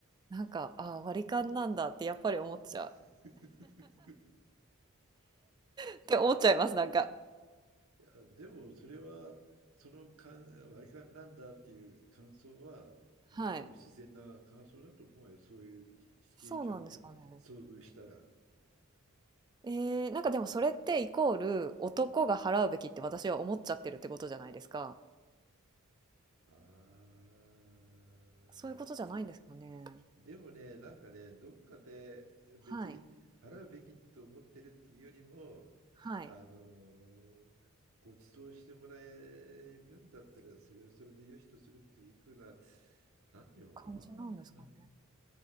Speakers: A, on the right; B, on the right.
A: なんか、ああ割り勘なんだってやっぱり思っちゃう。
B: <laughs>
A: って思っちゃいます、なんか。
B: いや、でもそれは、その感割り勘なんだっていう感想は、
A: はい。
B: ごくごく自然な感想だと思うよ。そういうシチュエーションに遭遇したら。
A: そうなんですかね。えー、なんかでもそれってイコール男が払うべきって私は思っちゃってるってことじゃないですか。
B: ああ。
A: そういうことじゃないんですかね。
B: でもね、なんかね、どっかで別に払うべきと思ってるっていうよりも、
A: はい。はい。
B: あのご馳走してもらえるんだったら、それはそれでよしとするっていうふうな、なんていうの
A: 感じなんですかね。
B: かな。